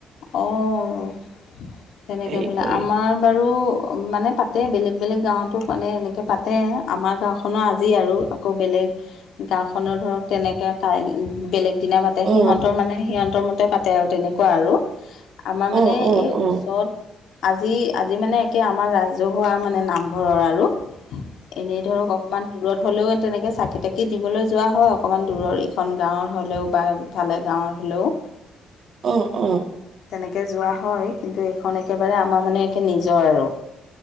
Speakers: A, on the left; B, on the right.
A: অঁ তেনেকৈ
B: হেৰি
A: বোলে,
B: কৰি
A: আমাৰ বাৰু অ মানে পাতে বেলেগ বেলেগ গাঁৱতো মানে এনেকৈ পাতে, আমাৰ গাঁওখনৰ আজি আৰু আকৌ বেলেগ গাঁওখনৰ ধৰক তেনেকৈ কাই বেলেগ দিনা পাতে সিহঁতৰ
B: অ
A: মানে সিহঁতৰ মতে পাতে আৰু তেনেকুৱা আৰু। আমাৰ মানে
B: অ অ
A: এই
B: অ
A: ওচৰত আজি আজি মানে একে আমাৰ ৰাজহুৱা মানে নামঘৰৰ আৰু এনেই ধৰক অ কণমান দূৰত হ'লেও তেনেকৈ চাকি - তাকি দিবলৈ যোৱা হয় অকণমান দূৰৰ ইখন গাঁৱৰ হ'লেও বা সিফালে গাঁৱৰ হলেও।
B: অ অ।
A: তেনেকে যোৱা হয় কিন্তু এইখন একেবাৰে আমাৰ মানে একে নিজৰ আৰু।